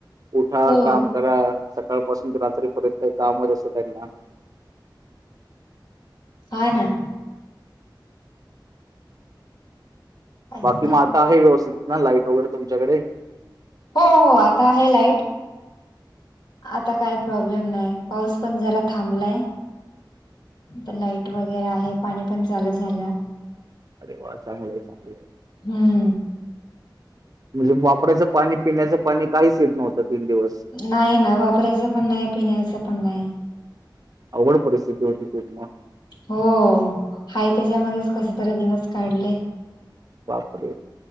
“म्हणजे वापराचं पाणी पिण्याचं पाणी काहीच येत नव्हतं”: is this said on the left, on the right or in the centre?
Right